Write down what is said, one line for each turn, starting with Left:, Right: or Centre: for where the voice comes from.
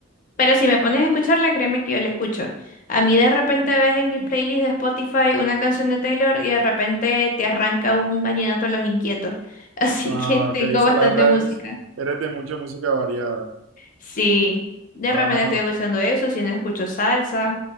Left: pero si me pones a escucharla, créeme que yo la escucho. A mí de repente ves en mi playlist de Spotify una canción de Taylor y de repente te arranca un vallenato de los inquietos. <laughs> Así
Right: Ah,
Left: que tengo
Right: ok, o sea,
Left: bastante
Right: la verdad
Left: música.
Right: es, eres de mucha música variada.
Left: Sí, de
Right: Ah,
Left: repente estoy escuchando eso, si no escucho salsa,